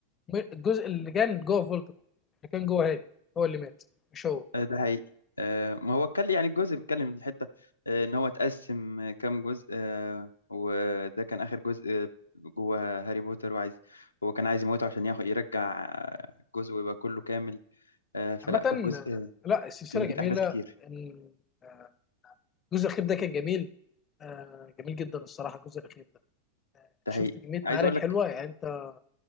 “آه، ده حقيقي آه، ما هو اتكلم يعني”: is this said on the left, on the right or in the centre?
Left